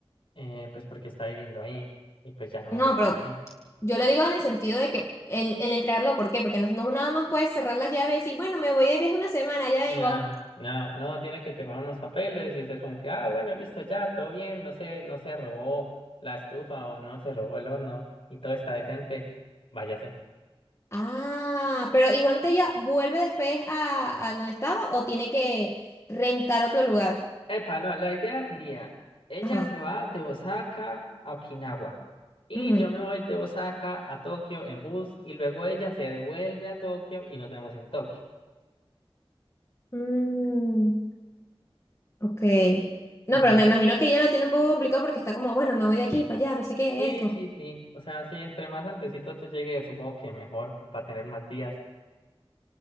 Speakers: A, on the left; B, on the left.
A: eh, pues porque está viviendo ahí y pues ya no va
B: No,
A: a vivir
B: pero
A: ahí.
B: yo lo digo en el sentido de que el, el entregarlo, ¿por qué? Porque no, no nada más puedes cerrar la llave y decir, bueno, me voy de viaje una semana, ya
A: No,
B: vengo.
A: no, no, tiene que firmar unos papeles y ser como que, ah, bueno, listo, ya, todo bien, no se, no se robó la estufa o no se robó el horno y todo está decente, váyase.
B: Ah, pero Iván Tella vuelve después a, a donde estaba o tiene que rentar otro lugar.
A: Epa, no, la idea sería, ella
B: Ajá.
A: se va de Osaka a Okinawa y
B: ujú.
A: yo me voy de Osaka a Tokio en bus y luego ella se vuelve a Tokio y nos vemos en Tokio.
B: Mm, ok. No,
A: Ujú.
B: pero me imagino que ella lo tiene un poco complicado porque está como, bueno, me voy de aquí para allá, no sé qué
A: Sí,
B: es esto.
A: sí, sí, o sea, sí, entre más antecitos yo llegue, supongo que mejor, para tener más días.